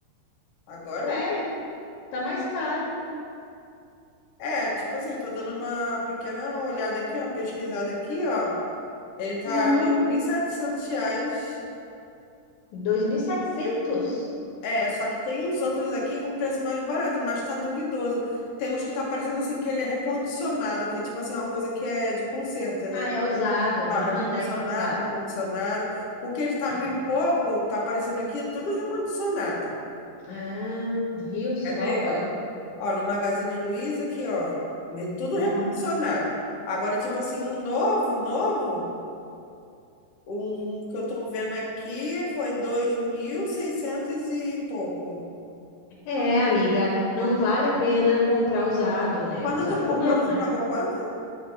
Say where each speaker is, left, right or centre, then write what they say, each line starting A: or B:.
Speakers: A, on the left; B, on the left.
A: agora?
B: É, tá mais caro.
A: É, tipo assim, tô dando uma pequena olhada aqui, uma pesquisada aqui, ó. Ele tá
B: Uhum.
A: R$ 2.700
B: 2.700?
A: É, só que tem uns outros aqui com preço mais barato, mas tá duvidoso. Tem uns que tá parecendo assim que ele é recondicionado, que é tipo assim, uma coisa que é de conserto, né?
B: Ah, é usado.
A: Ó,
B: Aham,
A: recondicionado,
B: daí é usado.
A: recondicionado. O que ele tá
B: É.
A: mil e pouco, tá aparecendo aqui, tudo recondicionado.
B: Ah, viu só?
A: Quer ver,
B: Olha.
A: ó? Ó, no Magazine Luiza aqui, ó, me- tudo
B: Uhum.
A: recondicionado. Agora, tipo assim, um novo, novo, um que eu tô vendo aqui foi 2.600 e pouco.
B: É, amiga, não vale a pena comprar usado, né?
A: Quando
B: Usado
A: tu comprou,
B: não,
A: você
B: né?
A: pagou quanto?